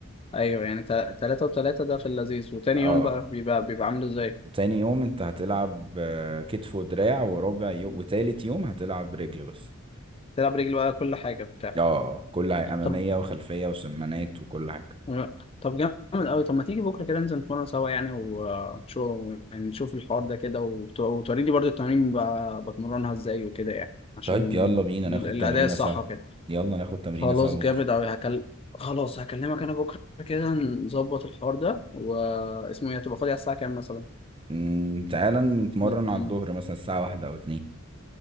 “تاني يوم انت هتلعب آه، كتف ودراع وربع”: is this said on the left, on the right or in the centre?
Right